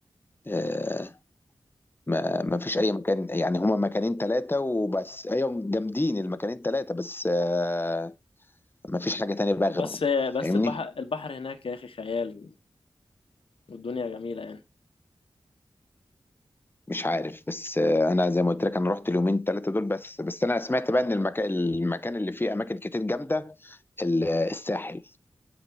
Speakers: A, on the left (about 20°); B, on the left (about 70°).
A: آه، ما ما فيش اي مكان يعني هما مكانين ثلاثه وبس ايوه جامدين المكانين ثلاثه بس آه، مفيش حاجة تانية بقى غيرهم
B: بس بس
A: فاهمني
B: البحر البحر هناك يا أخي خيال والدنيا جميلة يعني
A: مش عارف بس آه، انا زي ما قلت لك انا رحت اليومين ثلاثة دول بس بس انا سمعت بقى ان المكان المكان اللي فيه اماكن كتير جامدة ال- الساحل